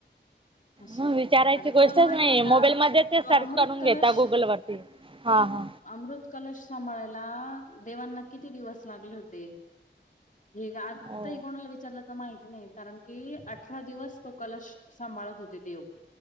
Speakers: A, on the left; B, on the right.
A: असं
B: ह विचारायची
A: आता
B: गोष्टच
A: तुम्हांला माहितीय
B: नाही
A: का?
B: मोबाईल मध्ये ते
A: तो
B: सर्च
A: अमृत
B: करून
A: कलश
B: घेता गुगल वरती हा हा
A: अमृत कलश सांभाळयला देवांना किती दिवस लागले होते? हे आता
B: हो
A: हे कोणाला विचारलं तर माहिती नाही कारण की अठरा दिवस तो कलश सांभाळत होते देव